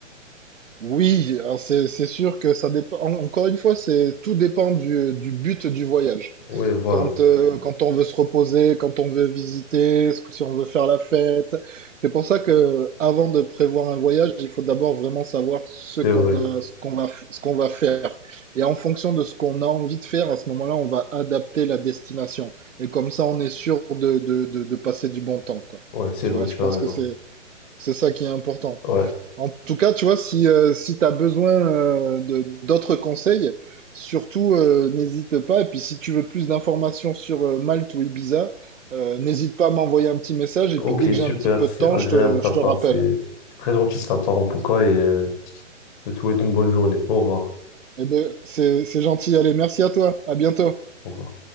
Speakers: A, on the right (about 80°); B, on the left (about 40°).
A: Oui, alors c'est c'est sûr que ça dépend. en- Encore une fois, c'est tout dépend du, du but du voyage.
B: Oui, voilà,
A: Quand, euh, quand on veut se reposer, quand on veut visiter, ce que- si on veut faire la fête. C'est pour ça que avant de prévoir un voyage, il faut d'abord vraiment savoir ce
B: c'est
A: qu'on
B: vrai.
A: a, ce qu'on va, f- ce qu'on va faire. Et en fonction de ce qu'on a envie de faire, à ce moment-là, on va adapter la destination. Et comme ça, on est sûr de, de, de, de passer du bon temps, quoi.
B: Ouais, c'est
A: Tu
B: vrai,
A: vois,
B: tu
A: je pense
B: as raison.
A: que c'est, c'est ça qui est important.
B: Ouais.
A: En tout cas, tu vois, si, euh, si tu as besoin euh, de- d'autres conseils, surtout euh, n'hésite pas. Et puis si tu veux plus d'informations sur euh, Malte ou Ibiza, euh, n'hésite pas à m'envoyer un petit message. Et
B: Ok,
A: puis dès que
B: super,
A: j'ai un petit peu
B: c'est
A: de temps,
B: agréable
A: je te,
B: de ta
A: je
B: part,
A: te rappelle.
B: c'est c'est très gentil de ta part en tout cas et euh, je te souhaite une bonne journée. Au revoir.
A: Eh ben, c'est c'est gentil. Allez, merci à toi. À bientôt.
B: Au revoir.